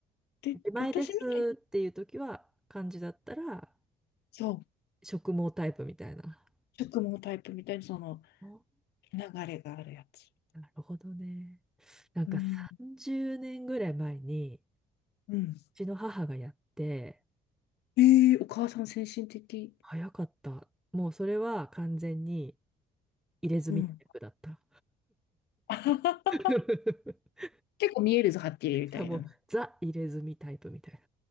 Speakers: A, on the left; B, in the centre.
A: で、
B: 自前ですっていう時は、
A: 私みたいに、
B: 漢字だったら、
A: そ
B: 植毛タイプみたいな。
A: う、植毛タイプみたいにその
B: お
A: 流れがあるやつ。
B: なるほどね。なんか30年ぐらい前に、
A: うん。うん。
B: ちの母がやって、
A: えー、お母さん先進的。
B: 早かった。もうそれは完全に入れ墨タイプだった。
A: うん。<laughs>
B: <laughs>
A: 結構見えるぞ、はっきりみたいな。
B: しかもうザ入れ墨タイプみたいな。